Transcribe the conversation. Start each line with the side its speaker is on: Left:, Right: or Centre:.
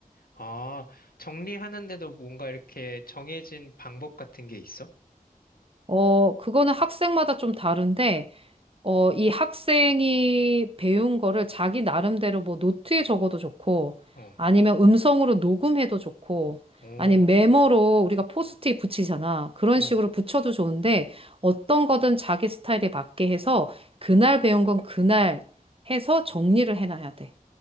Left: 아, 정리하는데도 뭔가 이렇게 정해진 방법 같은 게 있어?
Right: 어, 그거는 학생마다 좀 다른데, 어, 이 학생이 배운 거를 자기 나름대로 뭐 노트에 적어도 좋고,
Left: 어,
Right: 아니면 음성으로 녹음해도 좋고,
Left: 어,
Right: 아니면 메모로 우리가 포스트잇 붙이잖아. 그런
Left: 어.
Right: 식으로 붙여도 좋은데, 어떤 거든 자기 스타일에 맞게 해서, 그날 배운 건 그날 해서 정리를 해놔야 돼.